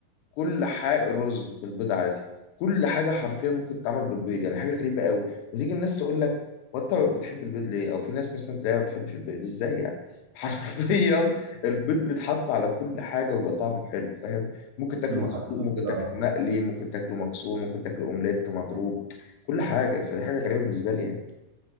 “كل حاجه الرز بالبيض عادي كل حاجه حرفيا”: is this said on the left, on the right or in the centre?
Left